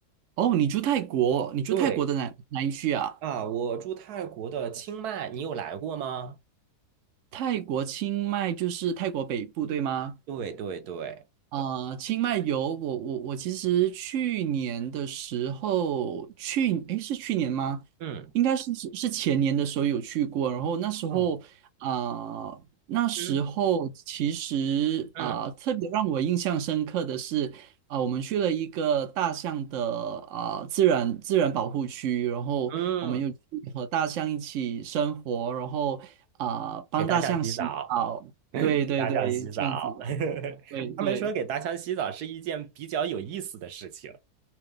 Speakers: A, on the right; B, on the right.
A: 哦，你住泰国，你住泰国的哪哪一区啊？
B: 对啊，我住泰国的清迈，你有来过吗？
A: 泰国清迈就是泰国北部，对吗？
B: 对对对，
A: 啊、清迈游，我我我其实去年的时候去，诶，是去年吗？
B: 嗯
A: 应该是是是前年的时候有去过，然后那时候啊、
B: 嗯
A: 那时候其实啊、
B: 嗯嗯
A: 特别让我印象深刻的是啊、我们去了一个大象的啊、自然自然保护区，然后我们又去和大象一起生活，
B: 嗯，
A: 然后啊、帮大象洗澡，
B: 给大象洗澡。<laughs>
A: 对对对，
B: 大象洗澡，
A: 这样子的，
B: <laughs>
A: 对对。
B: 他们说给大象洗澡是一件比较有意思的事情。